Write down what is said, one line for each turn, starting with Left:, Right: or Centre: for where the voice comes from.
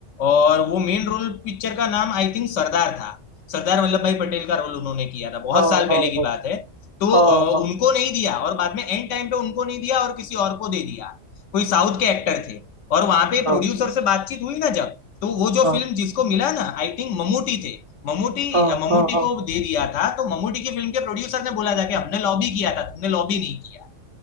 Left: और वो मेन रोल पिक्चर का नाम आई थिंक सरदार था सरदार वल्लभ भाई पटेल का रोल उन्होंने किया था बहुत
Right: हाँ
Left: साल पहले
Right: हाँ
Left: की बात है तो
Right: हाँ
Left: अ,
Right: हाँ
Left: उनको नहीं दिया और बाद में एंड टाइम पे उनको नहीं दिया और किसी और को दे दिया कोई साउथ के एक्टर थे और वहां पे प्रोड्यूसर
Right: हाँ
Left: से बातचीत हुई ना जब तो वो जो
Right: हाँ
Left: फिल्म जिसको मिला ना आई थिंक ममूटी थे ममूटी
Right: हाँ
Left: ममूटी
Right: हाँ हाँ हाँ हाँ
Left: को दे दिया था तो ममूटी की फिल्म के प्रोड्यूसर ने बोला था कि हमने लॉबी किया था तुमने लॉबी नहीं किया